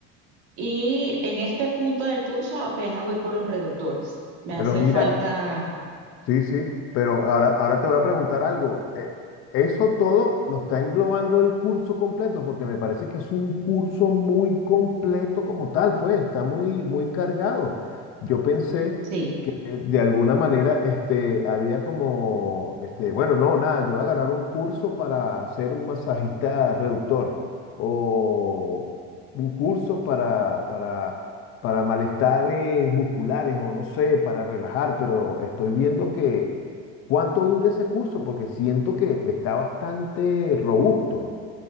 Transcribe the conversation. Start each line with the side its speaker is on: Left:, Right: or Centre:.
Right: Y en este punto del curso apenas voy por los reductores. Me
Left: Pero
Right: hace
Left: mira,
Right: falta,
Left: Sí, sí, pero ahora, ahora te voy a preguntar algo. Eh, ¿Eso todo lo está englobando el curso completo? Porque me parece que es un curso muy completo como tal, pues está muy, muy cargado. Yo pensé
Right: sí.
Left: eh, de alguna manera, este, había como, este, bueno, no, nada, yo voy a agarrar un curso para ser un masajista reductor o un curso para, para, para malestares musculares o no sé, para relajar, pero estoy viendo que cuánto dura ese curso porque siento que está bastante robusto.